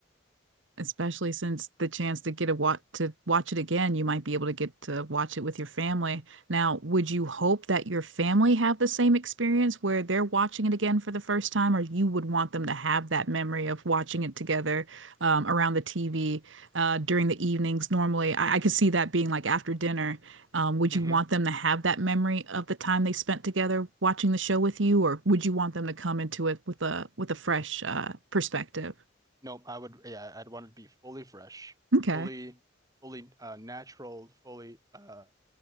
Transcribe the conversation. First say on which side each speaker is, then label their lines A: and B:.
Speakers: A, on the right; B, on the right.
A: especially since the chance to get a watch to watch it again, you might be able to get to watch it with your family. Now, would you hope that your family have the same experience where they're watching it again for the first time, or you would want them to have that memory of watching it together um, around the TV uh, during the evenings? Normally, I, I could see that being like after dinner. Um, would
B: Mm-hmm.
A: you want them to have that memory of the time they spent together watching the show with you, or would you want them to come into it with a with a fresh uh, perspective?
B: No, I would, yeah, I'd want it to be fully fresh,
A: Okay,
B: fully, fully uh, natural, fully, uh,